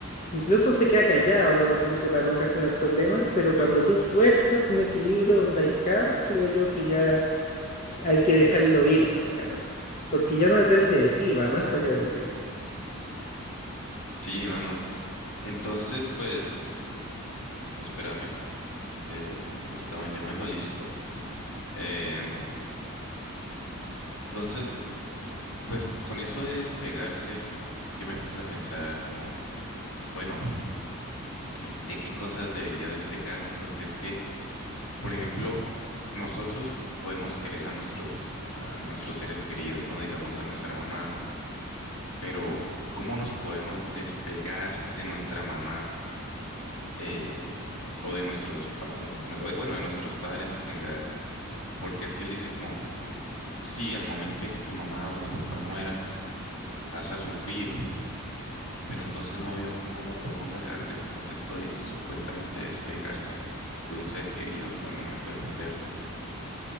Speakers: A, on the left; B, on the left.
A: Incluso se queda callado de repente para no ocasionar problemas, pero cuando
B: Ajá.
A: tú fuerzas un equilibrio donde hay caos, creo yo que ya hay que dejarlo ir, básicamente, porque ya no depende de ti, va más allá de ti.
B: Sí, mano. Entonces, pues, espérame, eh, que me estaban llamando, listo. Em, entonces, pues, con eso de despegarse, yo me puse a pensar como, bueno, ¿en- ¿de qué cosas debería despegarnos? Porque es que Por ejemplo, nosotros podemos querer a nuestros, a nuestros seres queridos, ¿no? Digamos a nuestra mamá, pero ¿cómo nos podemos despegar de nuestra mamá eh, o de nuestros, pa- no- bueno, de nuestros padres en general? Porque es que él dice como, sí, al momento de que tu mamá o tu papá muera, vas a sufrir, pero entonces no veo cómo podemos agarrar ese concepto de supuestamente despegarse de un ser querido al momento de perderlos.